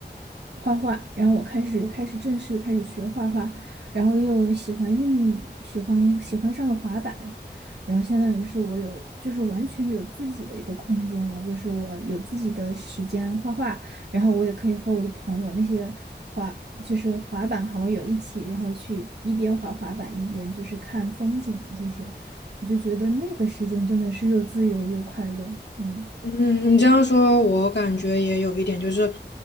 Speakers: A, on the right; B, on the left.
A: 画画，然后我开始开始正式地开始学画画，然后又喜欢运，喜欢喜欢上了滑板，然后相当于是我有，就是完全有自己的一个空间了，就是我有自己的时间画画，然后我也可以和我的朋友那些滑就是滑板好友一起，然后去一边滑滑板一边就是看风景啊这些，我就觉得那个时间真的是又自由又快乐。嗯
B: 嗯，你这样说，我感觉也有一点，就是